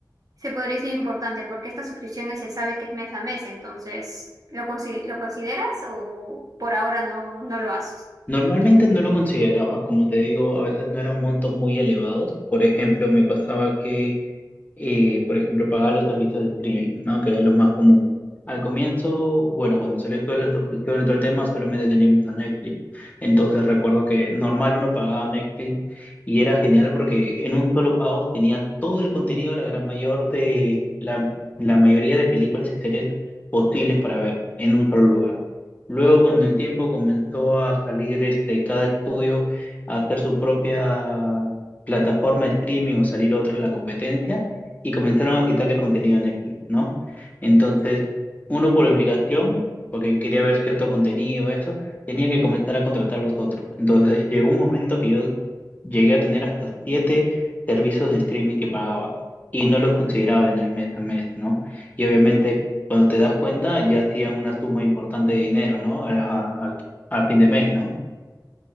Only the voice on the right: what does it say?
se podría decir importante? Porque estas suscripciones se sabe que es mes a mes, entonces, ¿lo consi- lo consideras o por ahora no, no lo haces?